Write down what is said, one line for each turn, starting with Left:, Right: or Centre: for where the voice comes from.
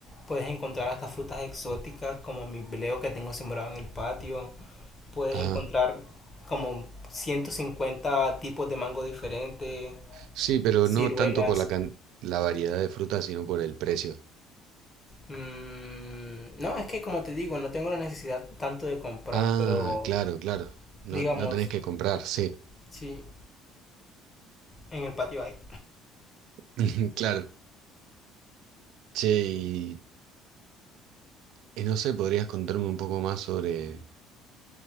Left: puedes encontrar hasta frutas exóticas como mi bleo que tengo sembrado en el patio, puedes
Right: Ah,
Left: encontrar como 150 tipos de mango diferentes,
Right: sí, pero
Left: ciruelas.
Right: no tanto por la, can- la variedad de fruta, sino por el precio.
Left: Mm, no, es que como te digo, no tengo la necesidad tanto de comprar,
Right: Ah,
Left: pero
Right: claro, claro. No,
Left: digamos,
Right: no tenés que comprar, sí.
Left: sí, en el patio hay.
Right: <laughs> Claro. Che, y, y no sé, ¿podrías contarme un poco más sobre